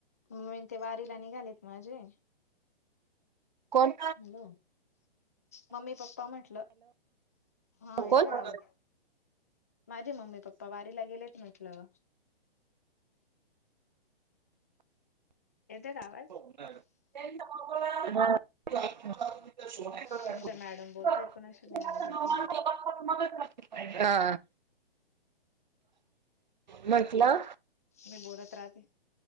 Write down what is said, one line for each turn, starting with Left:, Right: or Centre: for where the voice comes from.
Left: मम्मीन ते वारीला निघालेत माझे.
Right: कोण?
Left: हॅलो मम्मी पप्पा म्हटलं. हा येतय
Right: कोण?
Left: आवाज? माझे मम्मी पप्पा वारीला गेलेत म्हटलं. येते का आवाज?
Right: <unintelligible> <unintelligible> हा
Left: तुमच्या मॅडम बोलताय कोणाशी लय आवाज येतोय.
Right: म्हटलं
Left: मी बोलत राहते.